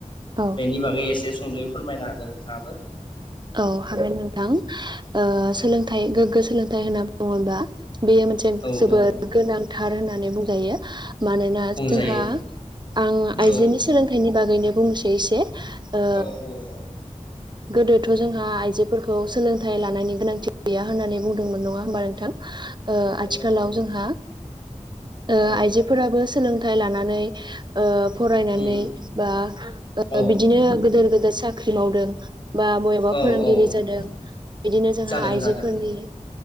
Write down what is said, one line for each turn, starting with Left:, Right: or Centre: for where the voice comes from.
Right: औ
Left: बेनि बागै एसे सुंद'यै फोरमायना होदो नोंथांङाबो
Right: औ हागोन नोंथां ओ सोलोंथाइ गोग गोग्गो सोलोंथाइ होनना बुंङोब्ला बेयो मोनसे
Left: औ
Right: जोबोद
Left: औ
Right: गोनांथार होननानै बुं जायो। मानोना
Left: बुंजायो
Right: जोंहा आं आइजोनि
Left: औ
Right: सोलोंथाइनि बागैनो बुंस एसे ओ
Left: औ औ
Right: गोदो खौ
Left: नंगौ
Right: जोंहा आइजो फोरखौ सोलोंथाइ लानायनि गोनांथि गैया होननानै बुंदोंमोन नंङा होमबा नोंथां? ओ
Left: नंगौ
Right: आथिखालाव
Left: नंगौ नंगौ
Right: जोंहा ओ
Left: औ
Right: आइजोफोराबो सोलों थाय लानानै ओ फरायनानै
Left: उम
Right: बा
Left: औ
Right: बिदिनो गोदोर गोदोर साख ख्रि मावदों। बा बबेबा
Left: औ
Right: फोरोंगिरि
Left: औ
Right: जादों बिदिनो जोंहा
Left: जादों
Right: आइजोफोरनि
Left: जादों जादों